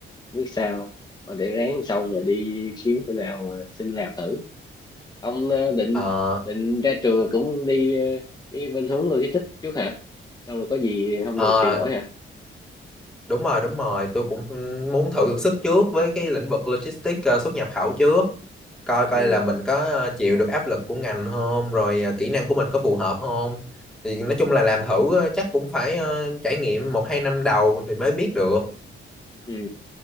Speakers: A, on the left; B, in the centre.
A: không biết sao Thôi để ráng xong rồi đi kiếm chỗ nào mà xin làm thử ông ờ, định
B: Ờ,
A: định ra trường rồi cũng đi ờ, cái bên hướng logistics trước hả xong rồi có gì không
B: ờ,
A: được thì đổi hả
B: đúng rồi đúng rồi tôi cũng ừ, muốn thử sức trước với cái lĩnh vực logistics ờ, xuất nhập khẩu trước coi coi
A: ừ
B: là mình có ờ, chịu được áp lực của ngành không rồi ờ, kỹ năng của mình có phù hợp không thì nói chung là làm thử ờ, chắc cũng phải ờ, trải nghiệm một hai năm đầu thì mới biết được
A: ừ